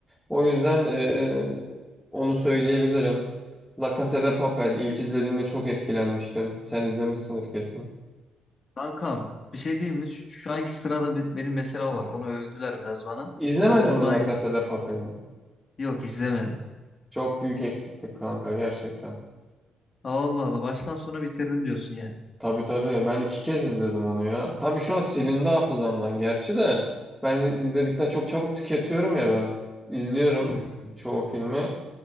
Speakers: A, in the centre; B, on the left.
A: O yüzden eee, onu söyleyebilirim. La Casa de Papel. ilk izlediğimde çok etkilenmiştim. Sen izlemişsindir kesin.
B: Kankam bir şey diyeyim mi? Şu şu anki sırada be- benim mesela var. Onu övdüler biraz bana.
A: İzlemedin
B: O- Onu
A: mi
B: da
A: La
B: iz-
A: Casa de Papel'i?
B: Yok izlemedim.
A: Çok büyük eksiklik kanka gerçekten.
B: Allah Allah baştan sona bitirdim diyorsun yani.
A: Tabii tabii ben iki kez izledim onu ya. Tabii şu an silindi hafızamdan gerçi de ben izledikten çok çabuk tüketiyorum ya ben. İzliyorum
B: Hmm.
A: çoğu filmi